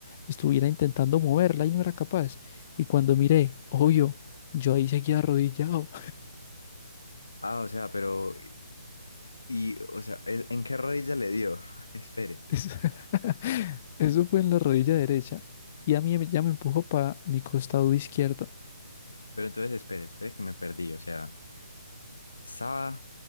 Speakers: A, on the left; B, on the left.
A: estuviera intentando moverla y no era capaz. Y cuando miré, obvio, yo ahí seguía arrodillado.
B: Ah, o sea, pero, y, o sea, ¿es- ¿en qué rodilla le dio? <laughs> Espere,
A: Eso, <laughs> eso fue en la rodilla derecha y a mí ya me empujó para mi costado izquierdo.
B: pero entonces espere, espere que me perdí, o sea, estaba,